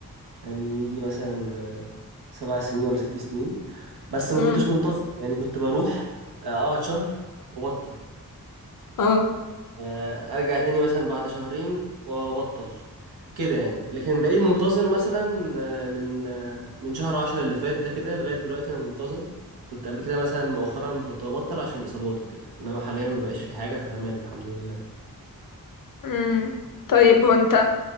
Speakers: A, on the right; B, on the left.
A: يعني يجي مثلا آه، سبع سنين ولا ست سنين بس
B: امم
A: ما كنتش منتظم يعني كنت بروح آه، أقعد شهر وبطل
B: اه
A: آه، ارجع تاني مثلا بعد شهرين وابطل كده يعني لكن بقالي منتظم مثلا آه، من آه، من شهر عشرة اللي فات ده كده لغاية دلوقتي انا منتظم كنت قبل كده مثلا مؤخرا كنت ببطل عشان الاصابات وكده انما حاليا مبقاش في حاجة فتمام الحمد لله
B: امم طيب هو انت